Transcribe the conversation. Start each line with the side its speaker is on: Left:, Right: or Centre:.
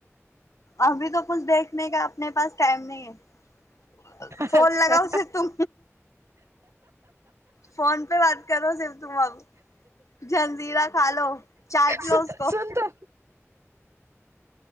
Left: ابھی تو کچھ دیکھنے کا اپنے پاس ٹائم نہیں ہے فون
Right: اچھا
Left: لگاؤ اسے تم فون پہ بات کرو صرف تم اب جلزیرا کھا لو چاٹ لو
Right: س
Left: اس کو
Right: سن تو